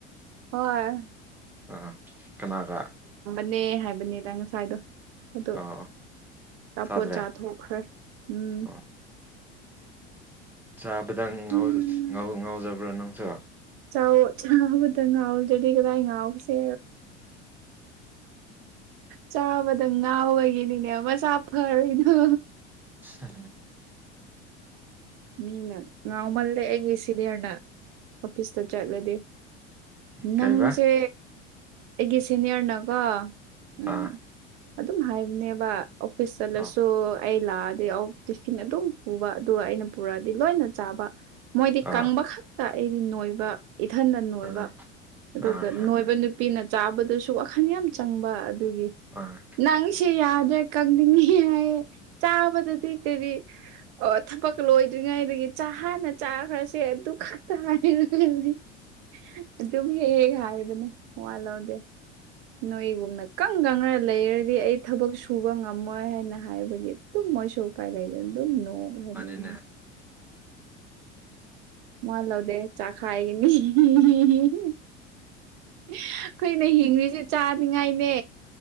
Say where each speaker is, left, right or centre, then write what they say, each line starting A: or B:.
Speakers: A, on the right; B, in the centre.
A: ꯍꯣꯏ
B: ꯑ ꯀꯅꯥꯒ
A: ꯅꯦ ꯍꯥꯏꯕꯅꯦꯗ ꯉꯁꯥꯏꯗꯣ ꯑꯗꯣ
B: ꯑꯣ
A: ꯑꯆꯥꯄꯣꯠ
B: ꯆꯥꯗ꯭ꯔꯦ
A: ꯆꯥꯊꯈ꯭ꯔꯦ ꯎꯝ
B: ꯑꯣ ꯆꯥꯕꯗꯪ
A: ꯎꯝ
B: ꯉꯥꯎꯖꯕ꯭ꯔꯥ ꯅꯨꯡꯁ
A: ꯌꯥꯎ ꯆꯥꯕꯨꯗꯪ ꯉꯑꯣ ꯗꯤ ꯀꯗꯥꯏ ꯉꯥꯎꯁꯦ ꯆꯥꯕꯗꯪ ꯉꯥꯎ ꯑꯣꯏꯒꯤꯅꯤꯅꯦ ꯃꯆꯥ ꯐꯔꯣꯏꯅꯣ
B: ꯍ
A: ꯃꯤꯅ ꯉꯥꯎꯃꯜꯂꯦ ꯑꯩꯒꯤ ꯁꯤꯅꯤꯌꯔꯅ ꯑꯣꯐꯤꯁꯇ ꯆꯠꯂꯗꯤ
B: ꯀꯩꯕ
A: ꯅꯪꯁꯦ ꯑꯩꯒꯤ ꯁꯦꯅꯤꯌꯔꯅꯀꯣ ꯎꯝ
B: ꯑꯥ
A: ꯑꯗꯨꯝ ꯍꯥꯏꯕꯅꯦꯕ ꯑꯣꯐꯤꯁ ꯆꯠꯂꯁꯨ
B: ꯑꯣ
A: ꯑꯩ ꯂꯥꯛꯑꯗꯤ ꯑ ꯇꯨꯁꯀꯤꯟ ꯑꯗꯨꯝ ꯄꯨꯕ ꯑꯗꯨꯒ ꯑꯩꯅ ꯄꯨꯔꯛꯑꯗꯤ ꯂꯣꯏꯅ ꯆꯥꯕ ꯃꯣꯏꯗꯤ
B: ꯑꯥ
A: ꯀꯪꯕ ꯈꯛꯇ ꯑꯩꯗꯤ ꯅꯣꯏꯕ ꯏꯊꯟꯗ ꯅꯣꯏꯕ
B: ꯑꯥ
A: ꯑꯗꯨꯒ
B: ꯑꯥ ꯑꯥ
A: ꯅꯣꯏꯕ ꯅꯨ ꯅꯨꯅꯥꯄꯤꯅ ꯆꯥꯕꯗꯨꯁꯨ ꯋꯥꯈꯜ ꯌꯥꯝ ꯆꯪꯕ ꯑꯗꯨꯒꯤ
B: ꯑꯥ
A: ꯅꯪꯁ ꯌꯥꯗ꯭ꯔꯦ ꯅꯤꯡꯉꯤ ꯍꯥꯏꯌꯦ ꯆꯥꯕꯗꯗꯤ ꯀꯗꯤ ꯊꯕꯛ ꯂꯣꯏꯗ꯭ꯔꯤꯉꯩꯗꯒꯤ ꯆ ꯍꯥꯟꯅ ꯆꯥꯈ꯭ꯔꯁꯦ ꯑꯗꯨ ꯈꯛꯇ ꯍꯥꯏꯕꯅꯤ ꯑꯗꯨꯝ ꯍꯦꯛ ꯍꯦꯛ ꯍꯥꯏꯕꯅꯦ ꯋꯥꯠ ꯂꯧꯗꯦ ꯅꯣꯏꯒꯨꯝꯅ ꯀꯪ ꯀꯪꯅ ꯂꯩꯔꯗꯤ ꯑꯩ ꯊꯕꯛ ꯁꯨꯕ ꯉꯝꯃꯣꯏ ꯍꯥꯏꯅ ꯍꯥꯏꯕꯒꯤ ꯇꯨꯝꯃꯁꯨ ꯎ ꯄꯥꯏ ꯂꯩ ꯑꯗꯨ ꯅ ꯂꯩ
B: ꯎ
A: ꯃꯜ ꯂꯗꯦ ꯆꯥ ꯈꯥꯏꯒꯅꯤ ꯑꯩꯈꯣꯏꯅ ꯍꯤꯡꯔꯤꯁꯦ ꯆꯥꯅꯤꯡꯉꯥꯏꯅꯦ